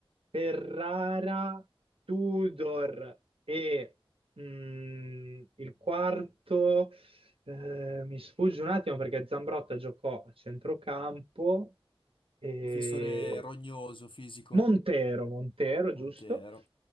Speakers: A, on the right; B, on the left.
A: Ferrara, Tudor e mm, il quarto. Eh, mi sfugge un attimo perché Zambrotta giocò a centrocampo e
B: <laughs> Difensore rognoso, fisico,
A: Montero, Montero, giusto?
B: Montero.